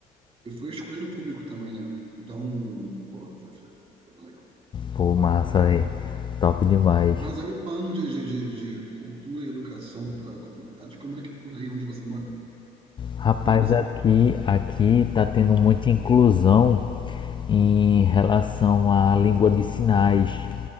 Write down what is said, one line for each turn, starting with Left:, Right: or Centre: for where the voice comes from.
Right: E foi escolha do público também, né? Então, porra, foi, foi, foi bem legal.
Left: Pô, massa aí. Top demais.
Right: Mas aí, falando de, de, de, de cultura e educação para a comunidade, como é que é por aí onde você mora? O
Left: Rapaz,
Right: que que você.
Left: aqui, aqui tá tendo muita inclusão em relação à língua de sinais.